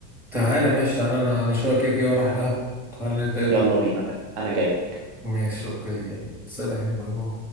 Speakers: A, in the centre; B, on the right (about 65°).
A: تعالى ماشي انا انا شويه كده كده اروح القهوه تعالى نتقابل
B: يلا بينا انا جاي
A: ماشي اوكي يلا سلام باي باي